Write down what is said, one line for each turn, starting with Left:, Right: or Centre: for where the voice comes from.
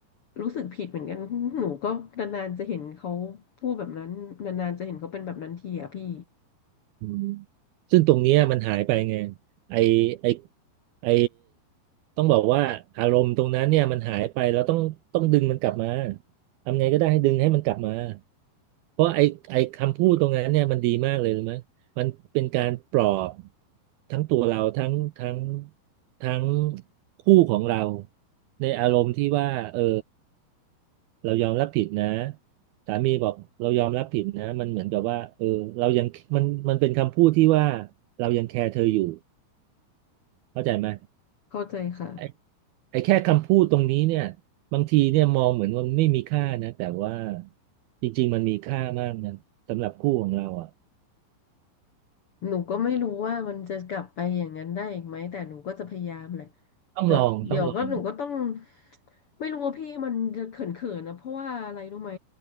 Left: รู้สึกผิดเหมือนกัน <laughs> หนูก็นานๆจะเห็นเขาพูดแบบนั้นนานๆจะเห็นเขาเป็นแบบนั้นทีอ่ะพี่
Right: อืมซึ่งตรงเนี้ยมันหายไปไงไอไอไอต้องบอกว่าอารมณ์ตรงนั้นเนี่ยมันหายไปเราต้องต้องดึงมันกลับมาทำไงก็ได้ให้ดึงให้มันกลับมาเพราะไอไอคำพูดตรงนั้นเนี่ยมันดีมากเลยรู้ไหมมันเป็นการปลอบทั้งตัวเราทั้งทั้งทั้งคู่ของเราในอารมณ์ที่ว่าเออ เรายอมรับผิดนะสามีบอกเรายอมรับผิดนะมันเหมือนกับว่าเออเรายังมันมันเป็นคำพูดที่ว่าเรายังแคร์เธออยู่เข้าใจไหม
Left: เข้าใจค่ะ
Right: ไอ้ไอ้แค่คำพูดตรงนี้เนี่ยบางทีเนี่ยมองเหมือนว่าไม่มีค่านะแต่ว่าจริงๆมันมีค่ามากนะสำหรับคู่ของเราอ่ะ
Left: หนูก็ไม่รู้ว่ามันจะกลับไปอย่างนั้นได้อีกไหมแต่หนูก็จะพยายามแหละ
Right: ต้องลองต้องลอง
Left: แต่เดี๋ยวก็หนูก็ต้องไม่รู้ว่าพี่มันจะเขินๆนะเพราะว่าอะไรรู้ไหม